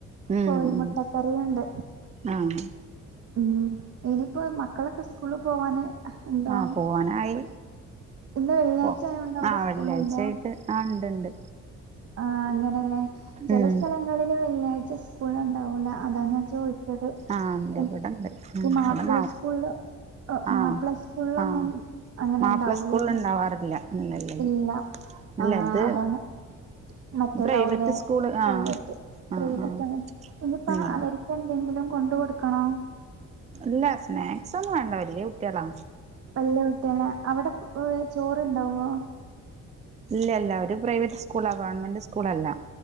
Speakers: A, on the right (about 25°); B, on the right (about 50°).
A: ഉം
B: കോഴി
A: ഉം
B: മുട്ടക്കറിയുണ്ട്
A: ആഹ്
B: ഉം ഇനിയിപ്പോ മക്കളൊക്കെ സ്കൂളിൽ പോവാന് ഉണ്ടോ
A: ആഹ് പോവാനായി
B: ഇന്ന് വെള്ളിയാഴ്ച
A: പ്പൊ
B: ആയോണ്ട് അവിടെ
A: ആ
B: സ്കൂളുണ്ടോ
A: വെള്ളിയാഴ്ചായി ട്ട് ആ ഇണ്ട്ണ്ട്
B: ആ അങ്ങനെയല്ലേ ചെല
A: ഉം
B: സ്ഥലങ്ങളില് വെള്ളിയാഴ്ച സ്കൂൾ ഉണ്ടാവൂല അതാ ഞാൻ ചോദി <unintelligible>
A: ആഹ് ഇണ്ട് ഇവിടെണ്ട് ഉം
B: ഈ മാപ്പിള
A: ഇവിടെ മാ
B: സ്കൂൾല് ഹ്
A: ആഹ്
B: മാപ്പിള സ്കൂളിലൊന്നും
A: ആഹ്
B: അങ്ങനെ
A: മാപ്പിള
B: ഇണ്ടാവുലല്ലോ
A: സ്കൂളിൽ ഇണ്ടാവാറില്ല ഇല്ലല്ലല്ല
B: ഇല്ല
A: ഇല്ല
B: ആ
A: ഇത്
B: അതാണ് മറ്റേതാവുംലെ
A: പ്രൈവറ്റ് സ്കൂള്
B: പ്രൈവറ്റ്
A: ആഹ്
B: പ്രൈവറ്റ്
A: ആഹ് ആഹ്
B: ഇനിപ്പോ
A: ഉം
B: അവർ എന്തെങ്കിലും കൊണ്ട് കൊടുക്കണോ
A: ഇല്ല സ്നാക്സ് ഒന്നും വേണ്ട വല്ല്യ കുട്ടിയാളാ
B: വല്ലിയ കുട്ടിയാള അവടെ <unintelligible> ചോറ്ണ്ടാവോ
A: ഇല്ല ഇല്ല ഒരു പ്രൈവറ്റ് സ്കൂളാ ഗവൺമെന്റ് സ്കൂൾ അല്ല